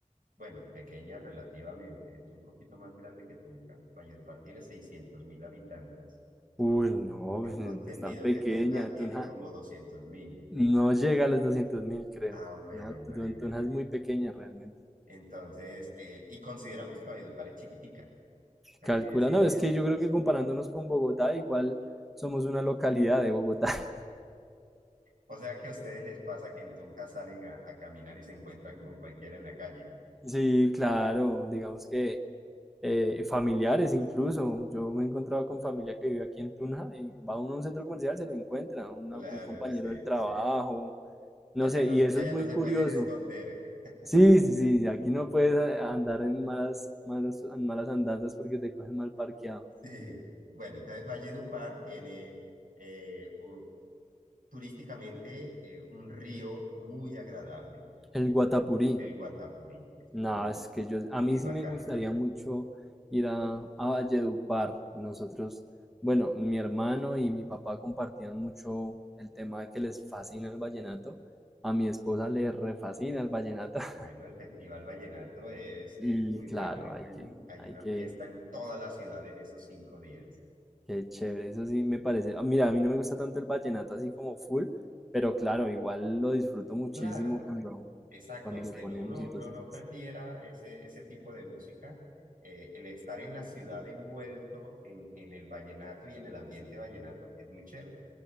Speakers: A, on the right (about 85°); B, in the centre.
A: bueno, pequeña relativamente, es un poquito más grande que Tunja. Valledupar tiene seiscientos mil habitantes.
B: uy, no,
A: Tengo
B: <laughs> pues, es
A: entendido
B: tan pequeña,
A: que Tunja tiene
B: tú no.
A: como doscientos mil.
B: No llega a los doscientos mil, creo.
A: Ah, bueno,
B: No,
A: imagínate.
B: Tu- Tunja es muy pequeña realmente.
A: Entonces, eh, y consideramos que Valledupar es chiquitica. Aquí
B: Calcula,
A: decimos,
B: no, es que yo creo que comparándonos con Bogotá, igual somos una localidad de Bogotá. <laughs>
A: o sea que a ustedes les pasa que en Tunja salen a, a caminar y se encuentran con cualquiera en la calle.
B: Sí, claro, digamos que eh, familiares incluso. Yo me he encontrado con familia que vive aquí en Tunja y va uno a un centro comercial, se lo encuentra, una-
A: Claro,
B: un compañero
A: sí.
B: del trabajo, no
A: Allá
B: sé,
A: no,
B: y eso
A: allá
B: es muy
A: no se
B: curioso.
A: pueden esconder. <laughs>
B: Sí, sí, sí, sí, aquí no puedes eh, andar en malas, malas, en malas andanzas porque te cogen mal parqueado.
A: Sí. Bueno, entonces Valledupar tiene eh, u- turísticamente eh, un río muy agradable,
B: El
A: es
B: Guatapurí.
A: un, r- el Guatapurí, es
B: No,
A: mu-
B: es que yo,
A: muy
B: a mí
A: bacano.
B: sí me gustaría mucho ir a, a Valledupar. Nosotros, bueno, mi hermano y mi papá compartían mucho el tema de que les fascina el vallenato. A mi esposa le refascina el vallenato.
A: Bueno,
B: <laughs>
A: el Festival Vallenato es,
B: Y
A: es muy
B: claro,
A: bueno.
B: hay
A: Mm,
B: que,
A: Hay
B: hay
A: una
B: que,
A: fiesta en toda la ciudad en esos cinco días.
B: qué chévere. Eso sí me parece. ah, Mira, a mí no me gusta tanto el vallenato así como full, pero claro, igual lo disfruto muchísimo
A: Claro.
B: cuando,
A: Exacto,
B: cuando
A: aunque
B: lo ponemos.
A: no uno
B: Entonces,
A: no, no prefiera
B: es-
A: ese, ese tipo de música, eh, el estar en la ciudad envuelto en, en el vallenato y en el ambiente vallenato es muy chévere.